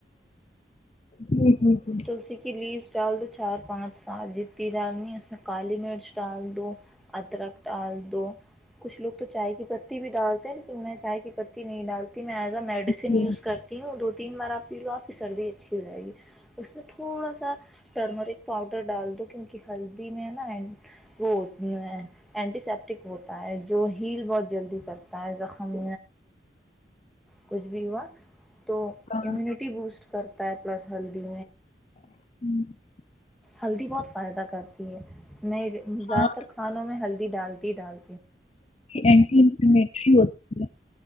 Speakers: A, on the left; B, in the centre.
A: جی جی جی
B: تلسی کے لیویز دال دو چار پانچ سات جتنی ڈالنی ہے اس میں کالی مرچ ڈال دو ادرک ڈال دو کچھ لوگ تو چائے کی پتی بھی ڈالتے ہیں لیکن میں چائے کی پتی نہیں ڈالتی میڈیسن
A: جی
B: یوز کرتی ہوں دو تین بار اپ کی سردی اچھی ہو جائے گی اس میں تھوڑا سا ٹرمرک پاؤڈر ڈال دو کیونکہ ہلدی میں ہے نا وہ ہوتی ہیں اینٹی سیپٹک ہوتا ہے جو ہیل بہت جلدی کرتا ہے زخم کچھ بھی ہوا تو
A: ہاں
B: اموینیٹی بوسٹ کرتا ہیں چای پلس ہلدی
A: <inaudible>
B: ہلدی بہت فائدہ کرتی ہے میں زدہ
A: ہاں،
B: تر کھانوں میں ہلدی ڈالتی ڈال
A: اینٹی انفلیمیٹری ہوتی